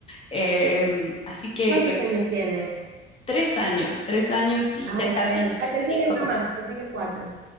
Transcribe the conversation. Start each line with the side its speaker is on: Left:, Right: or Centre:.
Left: Eh, así que
Right: ¿Cuántos
Left: eh,
Right: años tiene?
Left: tres años, tres años y
Right: Ay,
Left: ya casi
Right: tres.
Left: cinco
Right: Ay, pensé que uno
Left: meses.
Right: más, pensé que cuatro.